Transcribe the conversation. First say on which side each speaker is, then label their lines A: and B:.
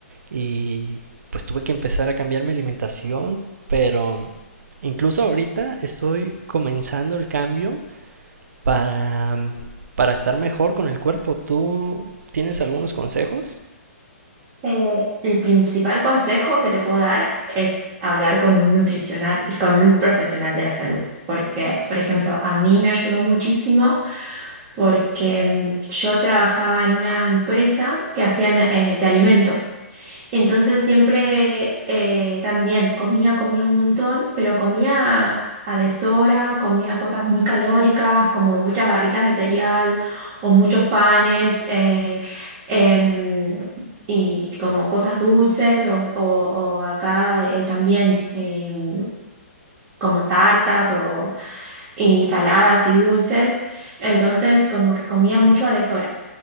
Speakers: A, on the right; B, on the right.
A: y pues tuve que empezar a cambiar mi alimentación, pero incluso ahorita estoy comenzando el cambio para, para estar mejor con el cuerpo. ¿Tú tienes algunos consejos?
B: Eh, el principal consejo que te puedo dar es hablar con un nutricional, con un profesional de la salud, porque, por ejemplo, a mí me ayudó muchísimo porque mm, yo trabajaba en una empresa que hacían eh, de alimentos. Entonces siempre eh, también comía, comía un montón, pero comía a deshora, comía cosas muy calóricas, como muchas barritas de cereal o muchos panes. eh, em, Y como cosas dulces o, o- o acá eh, también em, como tartas y saladas y dulces, entonces como que comía mucho a deshora.